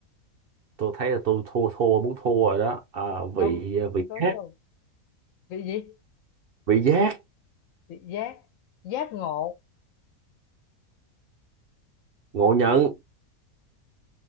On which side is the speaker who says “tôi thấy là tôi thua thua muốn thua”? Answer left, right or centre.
Right